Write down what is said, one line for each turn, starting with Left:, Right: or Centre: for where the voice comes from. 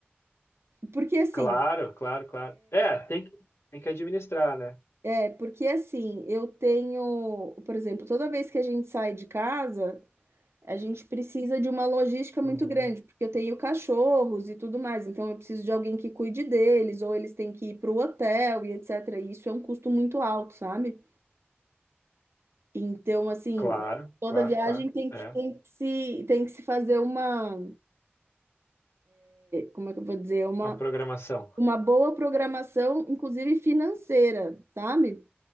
Right: Porque assim,
Left: claro, claro, claro. É, tem que, tem que administrar, né?
Right: é porque assim, eu tenho, por exemplo, toda vez que a gente sai de casa, a gente precisa de uma logística muito
Left: Uhum.
Right: grande, porque eu tenho cachorros e tudo mais, então eu preciso de alguém que cuide deles, ou eles têm que ir para o hotel e etc. E isso é um custo muito alto, sabe? Então, assim,
Left: Claro,
Right: toda
Left: claro,
Right: viagem
Left: claro.
Right: tem
Left: É,
Right: que, tem que se, tem que se fazer uma como é que eu vou dizer, uma,
Left: a programação.
Right: uma boa programação, inclusive financeira, sabe?